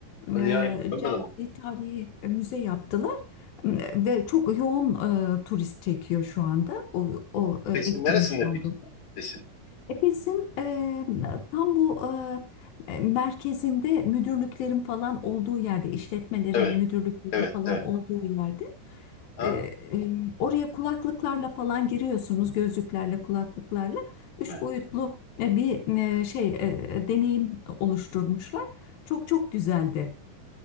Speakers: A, on the left (about 85°); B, on the left (about 55°).
A: E,
B: Hadi ya hiç görmedim.
A: canlı tarihi müze yaptılar. E, Ve çok yoğun e, turist çekiyor şu anda o, o e,
B: Efes'in
A: etkinlikten
B: neresinde peki? Efes'in?
A: Efes'in e, tam bu e, merkezinde müdürlüklerin falan olduğu yerde, işletmelerin,
B: Evet,
A: müdürlüklerin
B: evet,
A: falan
B: evet.
A: olduğu yerde
B: Ha,
A: e, e, oraya kulaklıklarla falan giriyorsunuz, gözlüklerle, kulaklıklarla. Üç
B: evet.
A: boyutlu e, bir e, şey e, deneyim oluşturmuşlar. Çok çok güzeldi.